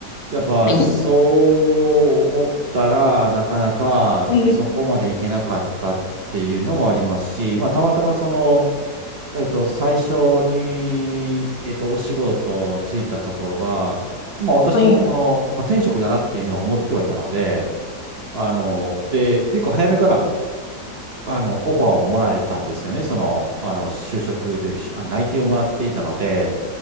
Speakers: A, on the right; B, on the left.
A: やっぱそう思ったら、
B: に、
A: なかなかそこまで行けなかったっていうのもありますし、
B: うん
A: まあ、たまたまその、えっと、最初に、えっと、お仕事ついたところが、まあ私のこの、
B: うん
A: まあ、転職だなっていうのは思ってはいたので、あの、で、結構早めから、あの、オファーをもらえたんですよね。その、あの、就職という、あ、内定をもらっていたので、